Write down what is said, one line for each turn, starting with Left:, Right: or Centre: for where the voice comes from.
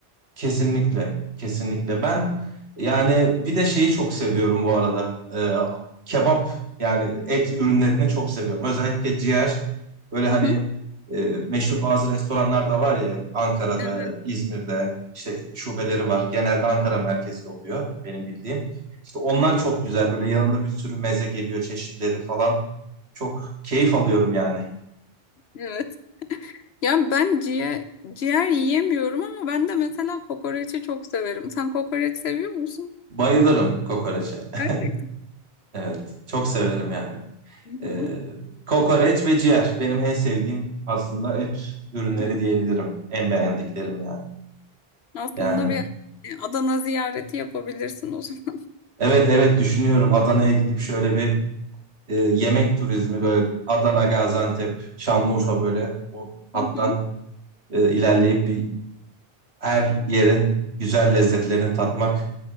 Right: Kesinlikle, kesinlikle. Ben yani bir de şeyi çok seviyorum bu arada. Ee, kebap yani et ürünlerini çok seviyorum. Özellikle ciğer. Böyle hani
Left: Hı hı.
Right: e, meşhur bazı restoranlar da var ya Ankara'da,
Left: Evet.
Right: İzmir'de işte şubeleri var. Genelde Ankara merkezli oluyor benim bildiğim. İşte onlar
Left: <laughs>
Right: çok güzel. Böyle yanında bir sürü meze geliyor çeşitleri falan. Çok keyif alıyorum yani.
Left: Evet. Ya ben ciğer, ciğer yiyemiyorum ama ben de mesela kokoreçi çok severim. Sen kokoreç seviyor musun?
Right: Bayılırım kokoreçe.
Left: Gerçekten.
Right: <laughs> Evet, çok severim yani.
Left: Hı
Right: Ee,
Left: hı.
Right: kokoreç ve ciğer benim en sevdiğim aslında et ürünleri
Left: <laughs>
Right: diyebilirim. En beğendiklerim yani.
Left: Aslında
Right: Yani
Left: bir e, Adana ziyareti yapabilirsin o zaman.
Right: evet evet düşünüyorum Adana'ya gidip şöyle bir e, yemek turizmi böyle Adana, Gaziantep, Şanlıurfa böyle o hattan
Left: Hı hı.
Right: e, ilerleyip bir her yerin güzel lezzetlerini tatmak